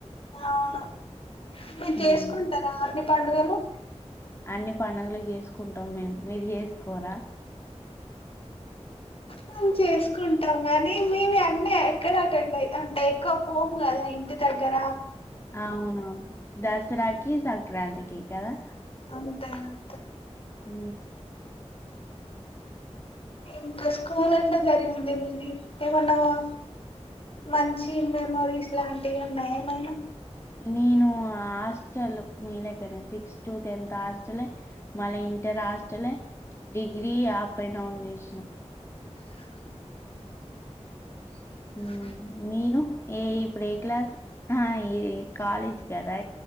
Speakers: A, on the left; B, on the left.
A: అవును మీర్జేస్కుంటారా
B: ఉమ్.
A: అన్ని పండుగలు
B: అన్ని పండుగలు జేస్కుంటాం మేము మీరు జేస్కోరా
A: మేం చేస్కుంటాం కానీ మేము అన్నీ ఎక్కడ అటెండ్ అయి అంటే ఎక్కువ పోము గదా ఇంటి ద దగ్గరా
B: అవునవును దస్రాకిీ సంక్రాంతీకీ కదా
A: అంతే అంతే
B: ఊ
A: ఇంకా స్కూలెట్లా జరిగింది మీది ఏమన్నావా మంచి మెమొరీస్ లాంటివి ఉన్నాయ ఏమైనా
B: నేను హాస్టల్ మీ లెక్కనే సిక్స్ టు టెన్త్ హాస్టలే మళ్ళీ ఇంటర్ హాష్టలే డిగ్రీ ఆప్ అండ్ డౌన్ జేష్న
A: పిల్లలా సాల
B: మ్మ్ మీరు ఏ ఇప్పుడే క్లాస్ హా ఈ కాలేజ్ కదా